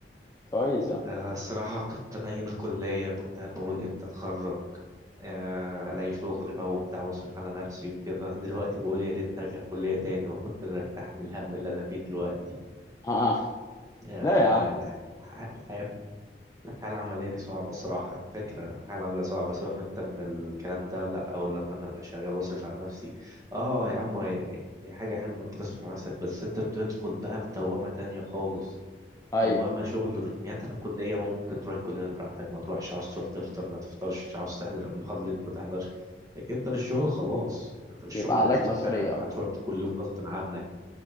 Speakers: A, on the left; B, on the right.
A: كويس يا عم
B: آه الصراحة كنت انا ايام الكلية كنت قاعد بقول امتى اتخرج آه، الاقي شغل بقى وبتاع واصرف على نفسي وكده دلوقتي بقول يا ريت ارجع كلية تاني وكنت انا ارتاح من الهم اللي انا فيه دلوقتي
A: اه آه.
B: يا
A: لا يا عم
B: الح... الح- الحياة الحياة العملية دي صعبة الصراحة على فكرة الحياة العملية صعبة سيبك من انت من الكلام ده لا او لما انا ابقى شغال واصرف على نفسي اه يا عم هي هي حاجة حلوة انك تصرف على نفسك بس انت بتدخل بقى في دوامة تانية خالص
A: ايوه
B: دوامة شغل روتينيات في الكلية ممكن تروح الكلية براحتك ما تروحش عاوز تروح تفطر ما تفطرش عاوز تحضر المحاضرة دي ما تحضرش لكن انت في الشغل خلاص انت في الشغل
A: بيبقى عليك
B: هتشتغل
A: مسؤولية اكتر
B: هتروح كل يوم غصب عنك